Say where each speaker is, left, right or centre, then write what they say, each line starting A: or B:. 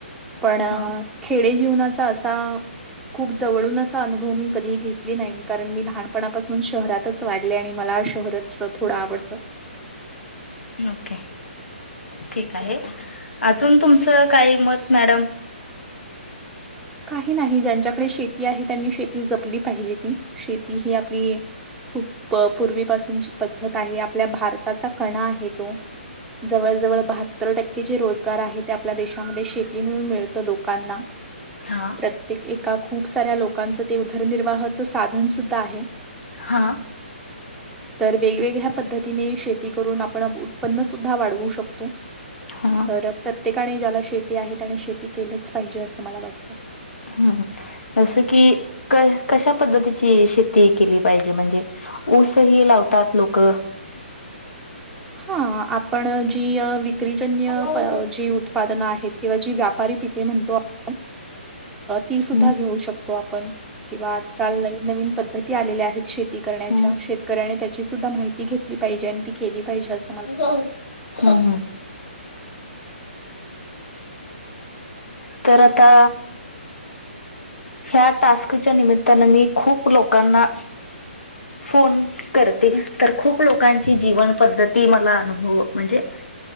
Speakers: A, in the centre; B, on the left (about 90°).
A: पण
B: हा
A: खेडे जीवनाचा असा खूप जवळून असा अनुभव मी कधी घेत ले नाही कारण मी लहानपणापासून शहरातच वाढले आणि मला शहरच थोडं आवडत. तर
B: ओके ठीक आहे अजून तुमचं काही मत मॅडम?
A: काही नाही ज्यांच्याकडे शेती आहे त्यांनी शेती जपली पाहिजे ती शेती ही आपली खूप पूर्वीपासूनची पद्धत आहे आपल्या भारताचा कणा आहे तो जवळ-जवळ सत्तर टक्के जे रोजगार आहे ते आपल्या देशामध्ये शेती मिळून मिळतं लोकांना.
B: हां.
A: प्रत्येक एका खूप साऱ्या लोकांचं ते उदरनिर्वाहाचं साधन सुद्धा आहे.
B: हा.
A: तर वेगवेगळ्या पद्धतीने शेती करून आपण आ उत्पन्न सुद्धा वाढवू शकतो,
B: हा
A: तर. प्रत्येकाने ज्याला शेती आहे, त्याने शेती केलंच पाहिजे, असं मला वाटतं.
B: हम्, जसं की क कशा पद्धतीची शेती केली पाहिजे म्हणजे?. ऊसही लावतात लोक.
A: हा आपण जी विक्रीजन्य
B: हम्म
A: जी उत्प उत्पादन आहेत, किंवा जी व्यापारी पिके म्हणतो आपण, ती सुद्धा
B: हम्म
A: घेऊ शकतो. आपण किंवा आजकाल नवीन-नवीन पद्धती आलेल्या आहेत शेती करण्याच्या
B: हम्म
A: शेत शेतकऱ्याने, आणि त्याची सुद्धा माहिती घेतली पाहिजे, आणि ती केली पाहिजे अस.
B: हम, हम. तर आता. ह्या टास्कच्या निमित्तानं मी खूप लोकांना फोन करते, तर खूप लोकांची जीवन पद्धती मला अनुभव, म्हणजे.